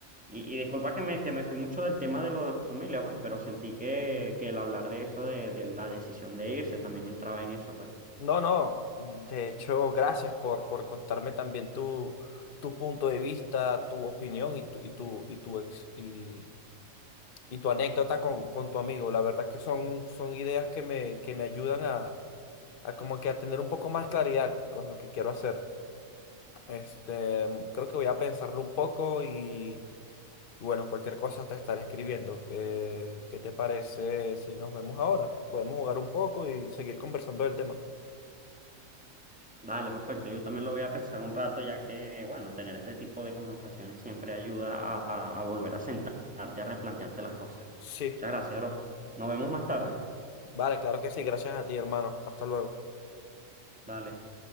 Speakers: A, in the centre; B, on the left.
A: Y, y disculpa que me, que me fui mucho del tema de lo de tu familia, pues, pero sentí que, que el hablar de eso, de, de la decisión de irse, también entraba en eso, pues.
B: No, no, de hecho, gracias por, por contarme también tu, tu punto de vista, tu opinión y tu, y tu, y tu, ex- y, y tu anécdota con, con tu amigo. La verdad que son, son ideas que me, que me ayudan a, a como que a tener un poco más claridad con lo que quiero hacer. Este, creo que voy a pensarlo un poco y bueno, cualquier cosa te estaré escribiendo. ¿Qué, qué te parece si nos vemos ahora? Podemos jugar un poco y seguir conversando del tema.
A: Dale, perfecto. Yo también lo voy a pensar un rato, ya que, bueno, tener este tipo de conversaciones siempre ayuda a, a a volver a sentarte, a replantearte las cosas.
B: Sí.
A: Muchas gracias, bro. Nos vemos más tarde.
B: Vale, claro que sí, gracias a ti, hermano. Hasta luego.
A: Dale.